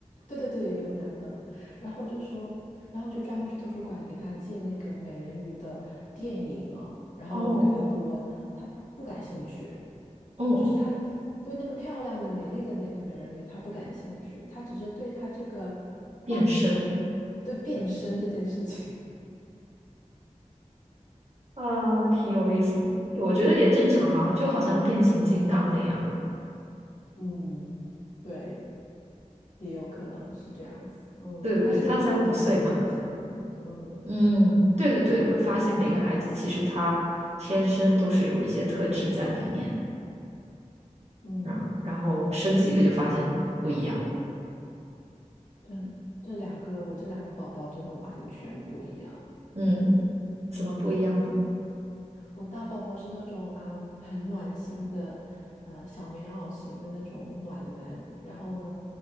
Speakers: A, on the left (about 70°); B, on the right (about 55°).
A: 对对对，有男的，然后我就说，然后我就专门去图书馆给他借那个美人鱼的电影啊，然后我给他播，
B: 哦，
A: 他不不感兴趣，
B: 哦，
A: 就是他对那个漂亮的、美丽的那个美人鱼他不感兴趣，他只是对他这个
B: 变身，
A: 幻想，对变身这件事情，
B: 啊，挺有意思。我觉得也正常嘛，
A: <laughs> 嗯
B: 就好像变形金刚那样。
A: 嗯，对，也有可能是这样子，嗯，
B: 对对对，
A: 他是一个比较爱想象的人，
B: 他才五岁嘛。
A: 嗯
B: 嗯，对对对，会发现每个孩子其实他天生都是有一些特质在里面，
A: 嗯。
B: 然后然后生几个就发现不一样。
A: 这这两个，我这两个宝宝真的完全不一样。
B: 嗯，怎么不一样呢？
A: 嗯，我大宝宝是那种啊、很暖心的，呃，小棉袄型的那种暖男。然后呢，